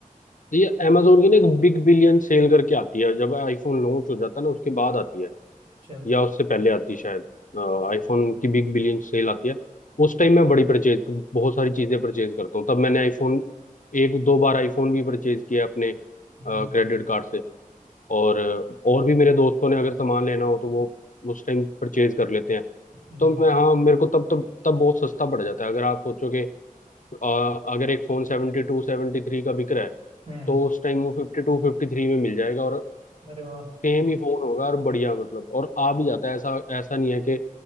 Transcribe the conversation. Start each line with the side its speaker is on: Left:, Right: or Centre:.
Left: तो ये Amazon की ना एक बिग बिलियन सेल करके आती है जब आईफोन लॉन्च हो जाता है ना उसके बाद आती है
Right: अच्छा
Left: या उससे पहले आती है शायद आईफोन की बिग बिलियन सेल आती है उस टाइम मैं बड़ी परचेज बहुत सारी चीजें परचेज करता हूँ तब मैंने आईफोन एक दो बार आईफोन भी परचेज किया अपने
Right: हम्म
Left: क्रेडिट कार्ड से और और भी मेरे दोस्तों ने अगर सामान लेना हो तो वो उस टाइम परचेज कर लेते हैं
Right: हम्म
Left: तो मैं हाँ मेरे को तब तब तब बहुत सस्ता पड़ जाता है अगर आप सोचो कि आ, अगर एक phone seventy two seventy three का बिक रहा है
Right: हम्म
Left: तो उस टाइम वो फिफ्टी टू फिफ्टी थ्री में मिल जाएगा और
Right: अरे वाह
Left: सेम ही फोन होगा और बढ़िया मतलब और आ भी जाता है ऐसा ऐसा नहीं है कि